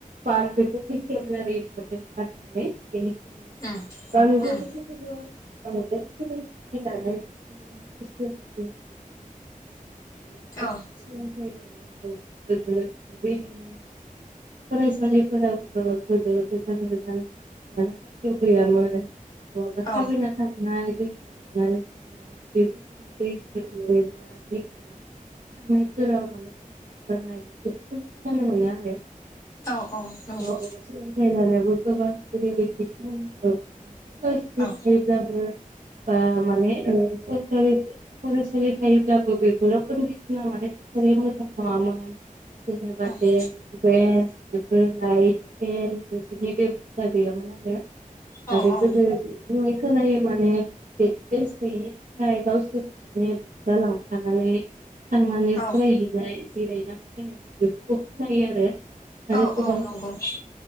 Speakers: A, on the right; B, on the left.
A: पार्ट बेखौ मिथियामोन आरो इम्परटेन्ट पार्ट होननानै बेनिखायनो
B: उम
A: आंनि
B: उम
A: गथ'फोरखौबो औ बे सोलोंथाय लानाय मानसिनि गोसो आरो माने गोदोनि
B: औ
A: सोलोंथाइ लानायाव औ गोदो बेबायदिनो फरायसालिफोराबोथ' गोदो गोजान गोजान माने खाथियाव गैयामोन बहाबा थाबायना
B: औ
A: थांनाय दैमा बारनानै थांनाय बेबायदिनो दैफोर देरोब्ला <unintelligible> थांनायफोराव माने खस्थ' जानाय बेफोरखौ जों खोनानो मोनो आरो
B: औ औ नंगौ
A: गोदो समाव <unintelligible> <unintelligible> जेरैबायदि <unintelligible> <unintelligible>
B: औ
A: थायोब्लाबो बा माने ओ सरकारि फरायसालि थायोब्लाबो बेफोराव कन्दिसना माने थासारिया मोजां नङामोन जेनेबा <unintelligible>
B: औ
A: बेन्स बेफोर लाइट पेन बेफोरनि बेबस्था गैयामोन आरो
B: औ
A: आरो
B: औ
A: गोदो
B: औ नंगौ
A: बुंनाय खोनायो माने डेस्क बेन्स गैयिनि थाखाय गावसोरनि माने बस्था लांफानाय माने थांनानै
B: औ
A: फरायहैनाय जिरायना फरायहैनाय बेफोरखौ खोनायो आरो
B: औ
A: आरो गोबां
B: औ नंगौ औ